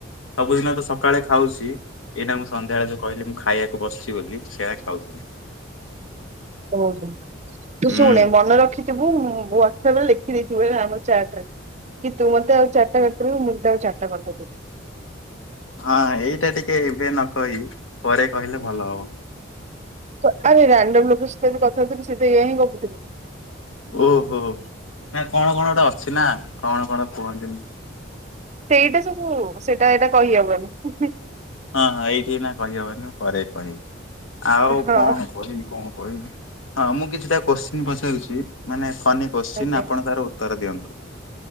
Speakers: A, on the left; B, on the right.
A: ସବୁଦିନ ତ ସକାଳେ ଖାଉଚି ଏଟା ମୁଁ ସନ୍ଧ୍ୟାବେଳେ ଯଉ କହିଲି ମୁଁ ଖାଇବାକୁ ବସିଚି ବୋଲି ସେଇଆ ଖାଉଥିଲି।
B: ଓହୋ
A: ହୁଁ
B: ତୁ ଶୁଣେ ମନେ ର ଖିଥିବୁ ମୋ ୱାଟସ୍ଆପ୍ ରେ ଲେଖିଦେଇଥିବୁ ହେଲା ଆମ ଚାଟ୍ ରେ। କି ତୁ ମତେ ଆଉ ଚାରିଟା କରିଦବୁ ମୁଁ ଆଉ ତତେ ଚାରଟା କରିଦେବି।
A: ହଁ ଏଇଟା ଟିକେ ଏବେ ନ କହି ପରେ କହିଲେ ଭଲ ହବ।
B: ତ-ଆରେ ରାଣ୍ଡମ୍ ଲୋକ ସହିତ ମୁଁ କଥା ହଉଥିଲି ସେ ତ ଏୟା ହିଁ ଗପୁଥିଲେ।
A: ଓହୋ ନା କଣ କଣ ଗୋଟେ ଅଛି ନା କଣ କଣ କୁହନ୍ତିନି।
B: ସେଇଟା ସବୁ ସେଇଟା ଏଇଟା କହିହବନି।
A: ହଁ ହଁ ଏଇଠି ନା କହିହବନି ମୁଁ ପରେ କହିବି। ଆଉ
B: ହଁ
A: କଣ କହିବି କଣ କହିବି ହଁ ମୁଁ କିଛିଟା କୋଶ୍ଚିନ୍ ପଚାରୁଛି ମାନେ ଫନ କୋଶ୍ଚିନ୍
B: ଆଜ୍ଞା
A: ଆପଣ
B: ଆଜ୍ଞା
A: ତାର ଉତ୍ତର ଦିଅନ୍ତୁ।